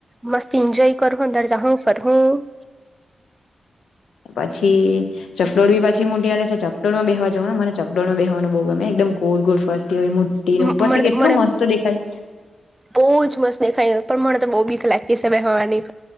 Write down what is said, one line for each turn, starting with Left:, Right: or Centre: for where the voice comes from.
Right: મસ્ત એન્જોય કઈ કર હું, અંદર જાહું, ફર હું.
Left: પછી ચકડોળ બી પાછી મોટી આલે છે ચકડોળમાં બેહવા જવાને મને ચકડોળમાં બેવાનું બહુ ગમે એકદમ ગોળ ગોળ. ઉપર હોય, મોટી ઉપરથી
Right: મને
Left: કેટલું
Right: મને
Left: મસ્ત દેખાય.
Right: બહુ જ મસ્ત દેખાય પ્ણ મને તો બહુ બી લકી છે બેહવાની,